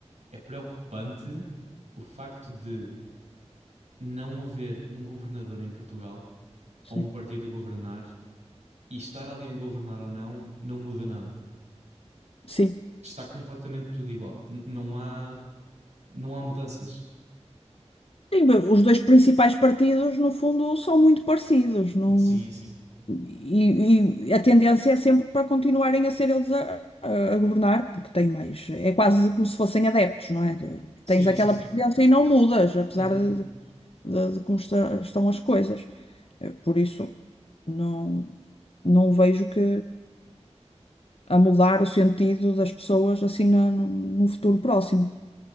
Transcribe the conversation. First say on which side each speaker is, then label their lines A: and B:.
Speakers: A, on the right; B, on the left.
A: é, é preocupante o facto de não haver um governador em Portugal
B: Sim.
A: ou um partido a governar e estar alguém a governar ou não, não muda nada.
B: Sim.
A: Está completamente tudo igual. N- não há, não há mudanças.
B: Sim, bem, os dois principais partidos, no fundo, são muito parecidos. Não...
A: Sim, sim.
B: E, e a tendência é sempre para continuarem a ser eles a, a- a governar, porque têm mais. É quase como se fossem adeptos, não é?
A: Sim,
B: Tens aquela
A: sim, sim.
B: preferência e não mudas, apesar
A: Uhum.
B: de de, de como está- estão as coisas. Eh, Por isso, não, não vejo que a mudar o sentido das pessoas assim na- no, no futuro próximo.